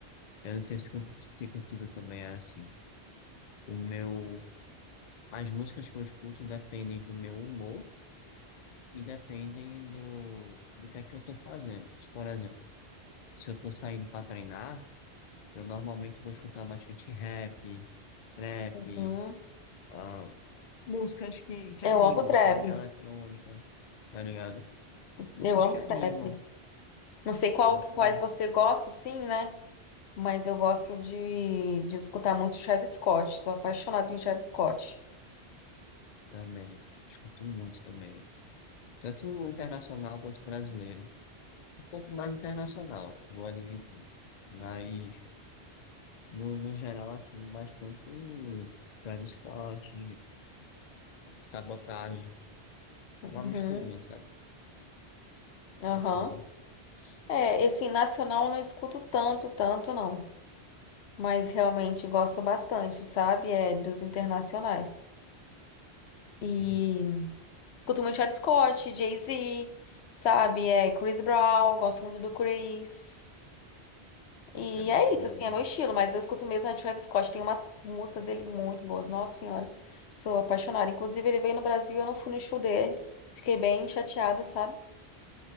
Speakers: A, on the left (about 55°); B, on the left (about 75°).
A: eu não sei se, con- se contigo também é assim, o meu, as músicas que eu escuto dependem do meu humor e dependem do, do que é que eu tô fazendo. Se, Por exemplo, se eu tô saindo pra treinar, eu normalmente vou escutar bastante rap, trap,
B: Hum,
A: ah, músicas que, que
B: eu
A: animam,
B: amo trap.
A: sabe? Eletrônica, tá ligado? Músicas
B: Eu amo
A: que animam,
B: trap. Não sei qual,
A: é muito
B: quais
A: bom
B: você gosta, sim, né? Mas eu gosto de, de escutar muito Travis Scott. Sou apaixonada em Travis Scott.
A: também, escuto muito também. tanto o internacional quanto o brasileiro. Um pouco mais internacional, vou admitir. Mas, no, no geral, assim, bastante Travis Scott, Sabotagem,
B: Uhum,
A: uma misturinha, sabe?
B: aham.
A: É bacana.
B: É, esse nacional eu não escuto tanto, tanto não. Mas realmente gosto bastante, sabe? É dos internacionais. E
A: Sim,
B: escuto muito Travis Scott, Jay-Z, sabe? É Chris Brown, gosto muito do Chris. E
A: é bacana
B: é isso, assim,
A: mesmo.
B: é meu estilo, mas eu escuto mesmo a Travis Scott. Tem umas músicas dele muito boas, nossa senhora. Sou apaixonada. Inclusive, ele veio no Brasil, e eu não fui no show dele. Fiquei bem chateada, sabe?